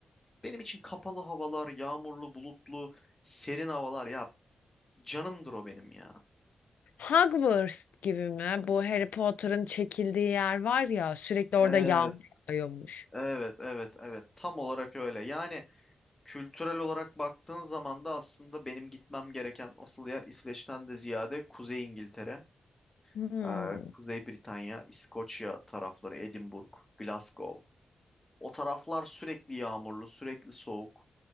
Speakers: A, on the left; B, on the left.
A: Benim için kapalı havalar, yağmurlu, bulutlu, serin havalar ya canımdır o benim ya.
B: Hogwarts gibi mi? Bu Harry Potter'ın çekildiği yer var ya sürekli orada
A: Evet,
B: yağmur yağıyormuş.
A: evet, evet, evet. Tam olarak öyle. Yani kültürel olarak baktığın zaman da aslında benim gitmem gereken asıl yer İsveç'ten de ziyade Kuzey İngiltere,
B: Hmm,
A: e, Kuzey Britanya, İskoçya tarafları, Edinburgh, Glasgow. O taraflar sürekli yağmurlu, sürekli soğuk.